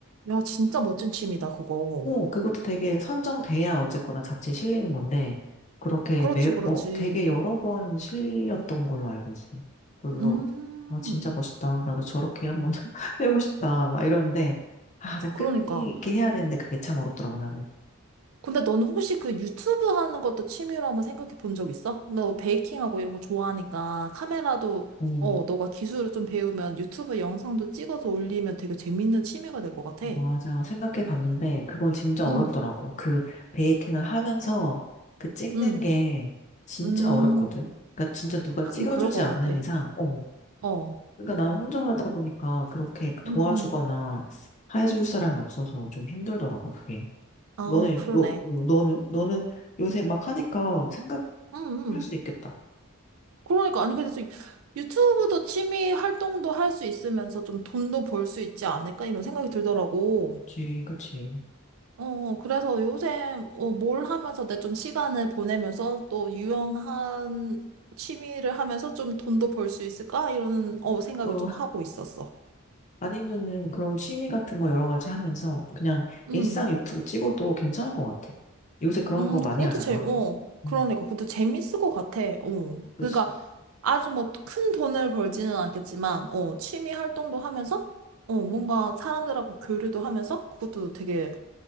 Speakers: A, on the right; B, on the left.
A: 야, 진짜 멋진 취미다, 그거.
B: 오, 그것도 되게 선정돼야 어쨌거나 자칫 실리는 건데, 그렇게
A: 그렇지,
B: 매,
A: 그렇지.
B: 어, 되게 여러 번 실렸던 걸로 알고 있어요. 그래서,
A: 음,
B: 아, 진짜 멋있다. 나도 저렇게 한번 <laughs> 해보고 싶다. 막 이러는데, 아, 난 끈기
A: 그러니까.
B: 있게 해야 되는데 그게 참 어렵더라고, 나는.
A: 근데 넌 혹시 그 유튜브 하는 것도 취미로 한번 생각해 본 적 있어? 너 베이킹하고 이런 거 좋아하니까 카메라도
B: 음,
A: 어, 너가 기술을 좀 배우면 유튜브 영상도 찍어서 올리면 되게 재밌는 취미가 될 것 같아.
B: 맞아. 생각해 봤는데, 그건 진짜
A: 응,
B: 어렵더라고. 그 베이킹을 하면서 그 찍는
A: 응,
B: 게 진짜
A: 음,
B: 어렵거든. 그러니까 진짜 누가
A: 하긴
B: 찍어주지
A: 그럴 것
B: 않는
A: 같아.
B: 이상, 어,
A: 어, 어,
B: 그러니까 난 혼자 살다 보니까 그렇게 도와주거나
A: 응 응,
B: 해줄 사람이 없어서 좀 힘들더라고, 그게.
A: 아,
B: 너는,
A: 그러네.
B: 너, 어, 너는? 너는 요새 막 하니까 생각할
A: 응, 응.
B: 수 있겠다.
A: 그러니까, 아니, 그래서 유튜브도 취미 활동도 할 수 있으면서 좀 돈도 벌 수 있지 않을까? 이런 생각이 들더라고.
B: 그치, 그치.
A: 어, 어, 그래서 요즘 어, 뭘 하면서 내 좀 시간을 보내면서 또 유용한 취미를 하면서 좀 돈도 벌 수 있을까? 이런 어, 생각을
B: 어,
A: 좀 하고 있었어.
B: 아니면은 그런 취미 같은 거 여러 가지 하면서 그냥
A: 음,
B: 일상 유튜브 찍어도 괜찮을 것 같아. 요새 그런
A: 음,
B: 거 많이
A: 그것도
B: 하잖아.
A: 재, 어, 그러니까
B: 음,
A: 그것도 재밌을 것 같아. 어,
B: 그치.
A: 그러니까 아주 뭐 큰 돈을 벌지는 않겠지만, 어, 취미 활동도 하면서, 어, 뭔가 사람들하고 교류도 하면서 그것도 되게.